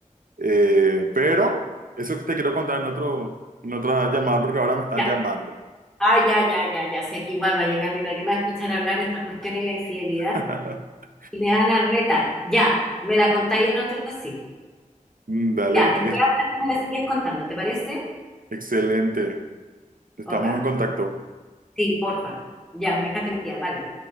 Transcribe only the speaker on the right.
Eh, pero eso que te quiero contar en otro, en otra llamada porque ahora me están
llamando.
<laughs>
Mm, Dale,
es-
excelente. Estamos
en contacto.